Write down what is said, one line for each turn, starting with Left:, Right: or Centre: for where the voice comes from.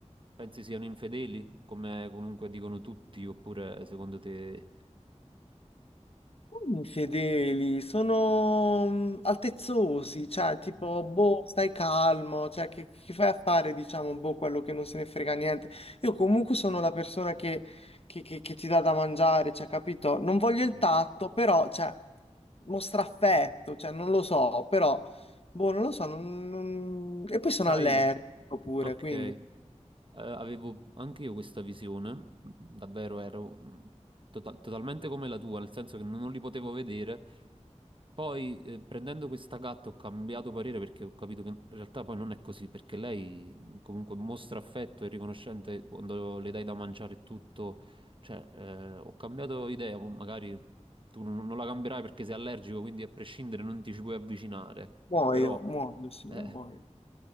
Right: Pensi siano infedeli, come comunque dicono tutti, oppure secondo te...
Left: Infedeli, sono mm, altezzosi, cioè tipo, boh, stai calmo, cioè che, che fai a fare, diciamo, boh, quello che non se ne frega niente. Io comunque sono la persona che, che- che- che ti dà da mangiare, cioè, capito? Non voglio il
Right: Sì.
Left: tatto, però, cioè, mostra affetto, cioè, non lo so, però, boh, non lo so, non- non- e poi sono
Right: Sai?
Left: allergico pure,
Right: Ok.
Left: quindi
Right: Eh, avevo anche io questa visione, davvero ero mm, tota- totalmente come la tua, nel senso che non li potevo vedere. Poi eh, prendendo questa gatta ho cambiato parere perché ho capito che in realtà poi non è così, perché lei mm, comunque mostra affetto e riconoscente quando le dai da mangiare e tutto. Cioè, eh, ho cambiato idea, poi magari tu non non la cambierai perché sei allergico, quindi a prescindere non ti ci puoi avvicinare.
Left: muoio,
Right: Però,
Left: muoio, sì,
Right: eh,
Left: muoio.